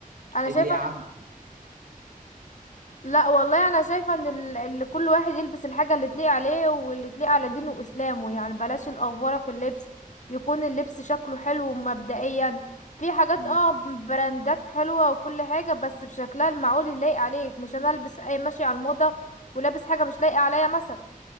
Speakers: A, on the left; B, on the right.
A: انا
B: اللي
A: شايفة
B: يعدل
A: لا والله انا شايفه ان ال- اللي كل واحد يلبس الحاجه اللي تليق عليه واللي تليق على دينه واسلامه يعني بلاش الافوره في اللبس يكون اللبس شكله حلو مبدئيا في حاجات
B: مم.
A: اه براندات حلوه وكل حاجه بس بشكلها المعقول اللي لايق عليك مش انا البس اي ماشي على الموضه ولابس حاجه مش لايقه عليا مثلا